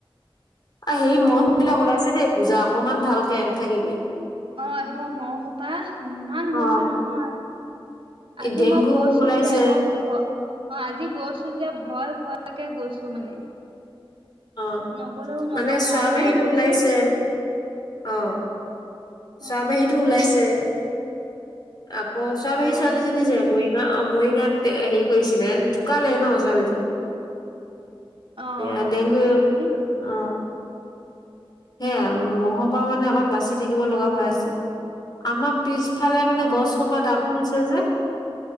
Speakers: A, on the left; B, on the right.
A: সেই
B: উম,
A: মহ বিলাক ওলাইছে দেই বুজা অকমান ভালকে থাকিবি
B: অ এশ ম সোপাহ ইমান হৈছে
A: অ
B: নহয় আজি
A: এই ডেংগু
B: মই গৈছো
A: ওলাইছে
B: যে মই ভ অ আজি গৈছো যে ভয় ভয় াকে গৈছো মানে
A: অ
B: নগলেও নহয়
A: মানে
B: কাৰণে
A: চৰা বাহীটো
B: গৈছো
A: ওলাইছে অ
B: উম,
A: চাহ বাহীতো ওলাইছে আকৌ চব
B: উম,
A: সি ছোৱালীজনী যে মই অ মৰিগাঁত হেৰি কৰিছিলে ঢুকালে ন ছোৱালীজনী
B: অ', অ'।
A: এ ডেংগু
B: জনী
A: অ সেয়া মহৰ পৰা মানে আকত বাচি থাকিব লগা হৈ আছে আমাৰ পিছ ইফালে মানে
B: অ'।
A: গছ সোপা ডাঙৰ হৈছে যে